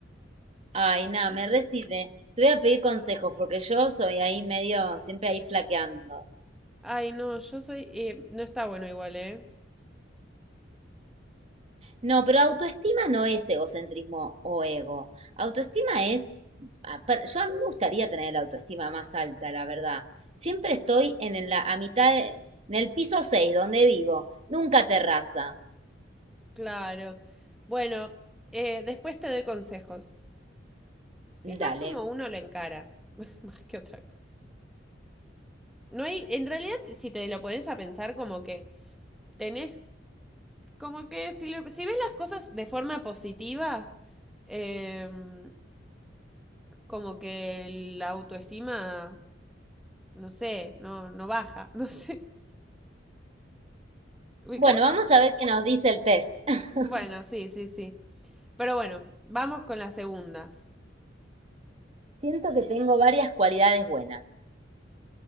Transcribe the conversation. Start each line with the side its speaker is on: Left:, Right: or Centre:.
Right: Ay, nada, me recibe. Te voy a pedir consejos porque yo soy ahí medio, siempre ahí flaqueando.
Centre: Ay, no, yo soy, eh, no está bueno igual, ¿eh?
Right: No, pero autoestima no es egocentrismo o ego. Autoestima es, a per- yo a mí me gustaría tener la autoestima más alta, la verdad. Siempre estoy en la, a mitad, de- en el piso 6 donde vivo, nunca terraza.
Centre: Claro. Bueno, eh, después te doy consejos. Es
Right: Dale.
Centre: más como uno lo encara, <laughs> más que otra cosa. No hay, en realidad, si te lo pones a pensar, como que tenés, como que si, lo- si ves las cosas de forma positiva, em, como que la autoestima no sé, no, no baja, <laughs> no sé. ¿Ubicás?
Right: Bueno, vamos a ver qué nos dice el test. <laughs>
Centre: Bueno, sí, sí, sí. Pero bueno, vamos con la segunda.
Right: Siento que tengo varias cualidades buenas.